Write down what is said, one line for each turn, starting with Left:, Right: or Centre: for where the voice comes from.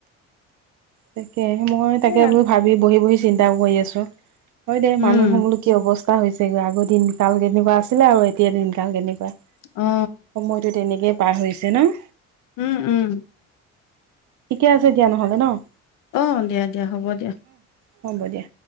Right: তাকে মই তাকে
Left: সেয়া
Right: বুলি ভাবি বহি বহি চিন্তাও কৰি আছো, হয় দেই
Left: উম
Right: মানুহ বোলো কি অৱস্থা হৈছেগৈ আগৰ দিন কাল কেনেকুৱা আছিলে আৰু এতিয়া দিনকাল কেনেকুৱা।
Left: অ।
Right: সময়টো তেনেকে পাৰ হৈছে ন'?
Left: উম উম
Right: ঠিকে আছে দিয়া নহলে ন'?
Left: অঁ দিয়া দিয়া হ'ব দিয়া
Right: হ'ব দিয়া।